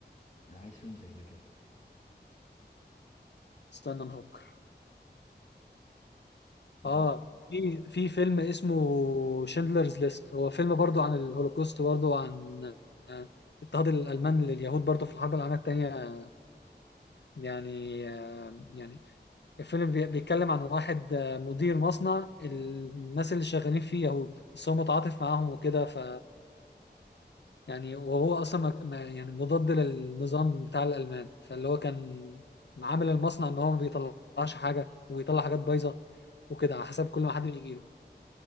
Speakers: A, on the left (about 40°); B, on the left (about 70°).
A: آه، عايز فيلم زي ده كده
B: استنى نفكر
A: طب
B: آه في في فيلم اسمه شندلرز ليست هو فيلم برضو عن الهولوكوست برضو عن آه، اضطهاد الألمان لليهود برضو في الحرب العالمية التانية يعني آه، يعني الفيلم بي- بيتكلم عن واحد آه، مدير مصنع الناس اللي شغالين فيه يهود بس هو متعاطف معاهم وكده ف يعني وهو اصلا ما- ما- يعني مضاد للنظام بتاع الالمان فاللي هو كان عامل المصنع ان هو ما بيطلعش حاجه ويطلع حاجات بايظه وكده على حسب كل ما حد بيجيله